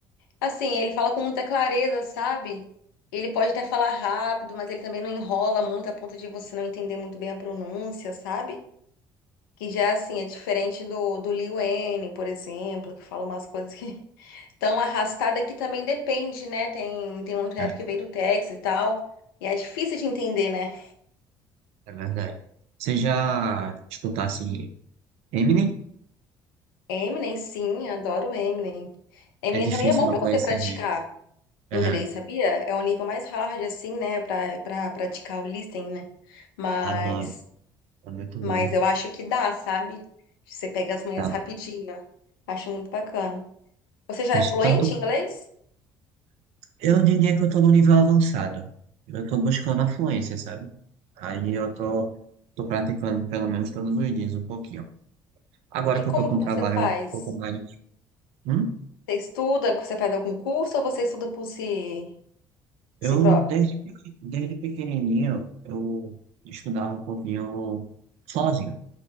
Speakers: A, on the left; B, on the right.
A: assim, ele fala com muita clareza, sabe? Ele pode até falar rápido, mas ele também não enrola muito a ponto de você não entender muito bem a pronúncia, sabe? Que já, assim, é diferente do, do Lil Wayne, por exemplo, que fala umas coisas que <laughs> tão arrastada que também depende, né? Tem, tem muito rap
B: É,
A: que veio do Texas e tal. E é difícil de entender, né?
B: é verdade. Você já escutasse Eminem?
A: Eminem, sim, adoro Eminem. Eminem
B: É difícil
A: também é bom
B: não
A: pra
B: conhecer
A: você praticar
B: ele. É,
A: inglês, sabia? É um nível mais hard, assim, né? Pra, pra praticar o listening, né? Mas,
B: adoro. É muito bom.
A: mas eu acho que dá, sabe? Você pega as manhas
B: Tá.
A: rapidinho. Acho muito bacana. Você já
B: Por
A: é
B: isso,
A: fluente
B: tanto,
A: em inglês?
B: eu diria que eu tô no nível avançado. Eu tô buscando a fluência, sabe? Aí eu tô, tô praticando pelo menos todos os dias um pouquinho. Agora
A: E
B: que
A: como
B: eu tô com
A: que
B: um trabalho
A: você faz?
B: um pouco mais. Hum?
A: Você estuda, você faz algum curso ou você estuda por si,
B: Eu,
A: si próprio?
B: desde, pequ- desde pequenininho, eu estudava um pouquinho sozinho.